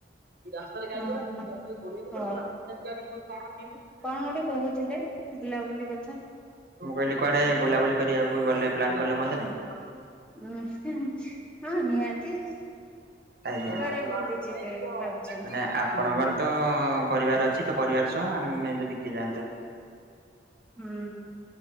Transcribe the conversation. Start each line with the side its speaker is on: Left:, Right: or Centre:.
Right: <unintelligible>
Centre: ଓହୋ ହଉ କଣ ଗୋଟେ କହୁଥିଲେ ବୁଲାବୁଲି କଥା।
Right: ମୁଁ କହିଲି କୁଆଡେ ବୁଲାବୁଲି କରିବାକୁ ଗଲେ ପ୍ଲାନ୍ କଲେ ହୁଅନ୍ତାନି।
Centre: ହୁଁ। ହୁଁ ହଁ ନିହାତି କୁଆଡେ
Right: ଆଜ୍ଞା। ମାନେ
Centre: ବୁଲି ଯିବେ ଭାବୁଛନ୍ତି।
Right: ଆପଣଙ୍କର ତ ପରିବାର ଅଛି ତ ପରିବାର ସହ ଆମେ ଯଦି କିଏ ଯାଆନ୍ତେ।
Centre: ହୁଁ ହୁଁ।